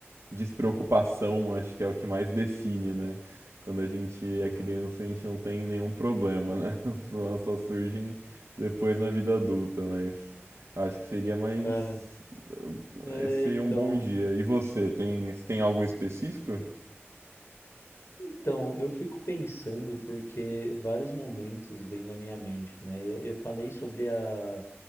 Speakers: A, on the right; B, on the left.
A: despreocupação, acho que é o que mais define, né? Quando a gente
B: aham.
A: é criança, a gente não tem nenhum problema, né? <laughs> Os problemas só surgem depois na vida adulta, mas acho que seria mais.
B: Cara, é,
A: Esse seria
B: então,
A: um bom dia. E você, tem, tem algum específico?
B: então, eu fico pensando porque vários momentos vêm na minha mente, né? Eu, eu falei sobre a